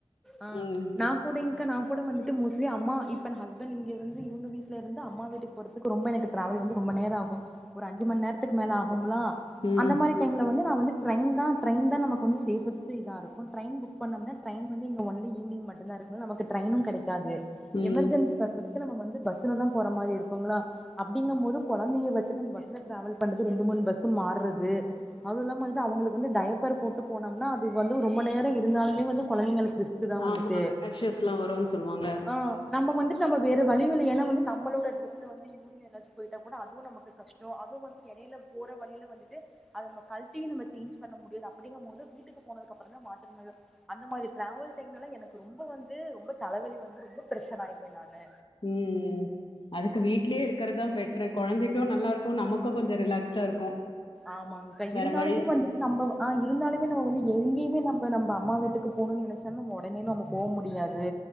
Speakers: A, in the centre; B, on the left.
A: ஆஹ்
B: ம்.
A: நான் கூட இங் க்கா நான் கூட வந்துட்டு மோஸ்ட்லி அம்மா இப்பனா ஹஸ்பண்ட் இங்க வந்து இவுங்க வீட்ல இருந்து அம்மா வீட்டுக்கு போறதுக்கு ரொம்ப எனக்கு டிராவல் வந்து ரொம்ப நேரமாகும் ஒரு அஞ்சு மணி நேரத்துக்கு மேல ஆகும் போங்களா
B: ம்.
A: அந்த மாறி டைம்ல வந்து நான் வந்து ட்ரையின் தான் ட்ரையின் தா நமக்கு வந்து சேஃப்ஸ்ட் ஸ்ட் இதா இருக்கும் ட்ரையின் புக் பண்ணோம்னா ட்ரையின் வந்து இங்க ஒன்லி ஈவினங் மட்டும் தான் இருக்கும் நமக்கு ட்ரைனும் கிடைக்காது.
B: ம்.
A: எமர்ஜென்சி பாத்து க்கு நம்ம வந்து பஸ்ல தான் போற மாறி இருக்குங்களா அப்படிங்கும் போது கொழந்தைய வச்சுட்டு பஸ்ல டிராவல் பண்றது ரெண்டு மூணு பஸ்ஸும் மாறது அது இல்லாம அழுதா அவங்களுக்கு வந்து டைப்பர் போட்டு போனோம்னா வந்து ரொம்ப நேரம் இருந்தாலுமே வந்து கொழந்தைங்களுக் ரிஸ்க் தான் வந்துட்டு
B: ஆமா. ரேஷஸ்லாம் வரும்ன்னு சொல்லுவாங்க.
A: ஆஹ் நம்ம வந்துட்டு நம்ம வேற வழியும் இல்ல ஏன்னா வந்து நம்மோளோட ட்ரேஸ்ல வந்து யூர் யூரின் எதாச்சும் போயிட்டா கூட அதுவும் நமக்கும் கஷ்டம் அதுவும் வந்து எடையில போற வழியில வந்துட்டு அத நம்ம கல்டியு சேஞ்ச் பண்ண முடியது அப்படிங்கும் போது வீட்டுக்கு போனதுகு அப்புறோ தான் மாத்தவே முடியும் அந்த மாறி டிராவல் டைம்ல்லா எனக்கு ரொம்ப வந்து ரொம்ப தலவலி வந்து ரொம்ப பிரஷர் ஆயிடுவேன் நானு
B: உம் உம் அதுக்கு வீட்லையே இருக்குறதான் பெட்டரு கொழந்தைக்கும் நல்லா இருக்கும் நமக்கும் கொஞ்சோ ரிலாக்ஸ்டா இருக்கும்.
A: ஆமாங்கா இருந்தாலுமே
B: வேற வழி
A: வந்துட்டு நம்ம ஆஹ் இருந்தாலுமே நம்ம வந்து எங்கேயுமே நம் இப்ப நம்ம அம்மா வீட்டுக்கு போனும் நெனச்சாலும் நம்ம உடனே நம்ம போக முடியாது.